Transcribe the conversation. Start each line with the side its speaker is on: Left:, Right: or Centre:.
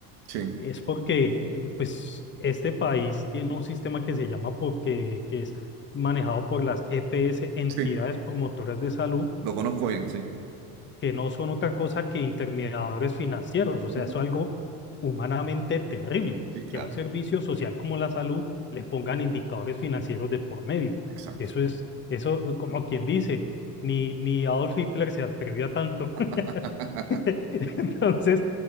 Right: Sí,
Left: es porque, eh, pues, este país tiene un sistema que se llama porque, que es manejado por las EPS, entidades
Right: sí,
Left: promotoras de salud,
Right: lo conozco bien, sí.
Left: que no son otra cosa que intermediadores financieros. O sea,
Right: Ujú.
Left: es algo humanamente terrible
Right: Sí, claro,
Left: que a un servicio social como la salud le pongan indicadores financieros de por medio.
Right: exacto.
Left: Eso es, eso, eh, como quien dice, ni, ni Adolf Hitler se atrevió a tanto.
Right: <laughs>
Left: <laughs> Entonces,